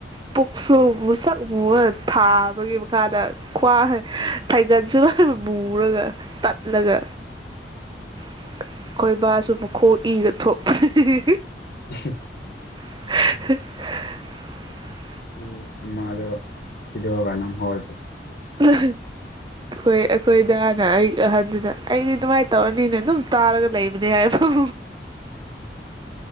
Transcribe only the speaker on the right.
ꯄꯨꯛ ꯁꯨ ꯃꯨꯁꯛ ꯃꯨꯔꯒ ꯊꯥꯕꯒꯤ ꯃꯈꯥꯗ ꯈ꯭ꯋꯥꯡ ꯐꯩꯒꯟꯁꯨ ꯃꯨꯔꯒ ꯇꯠꯂꯒ ꯑꯩꯈꯣꯏꯕꯥꯁꯨ ꯃꯈꯣꯡ ꯏꯒ ꯊꯣꯛꯄꯅꯦ
<unintelligible>
ꯑꯩꯈꯣꯏ ꯑꯩꯈꯣꯏꯗꯅ ꯑꯩ ꯑꯍꯟꯗꯨꯅ ꯑꯩꯗꯤ ꯑꯗꯨꯃꯥꯏꯅ ꯇꯧꯔꯅꯤꯅ ꯑꯗꯨꯝ ꯇꯥꯔꯒ ꯂꯩꯕꯅꯦ ꯍꯥꯏꯕ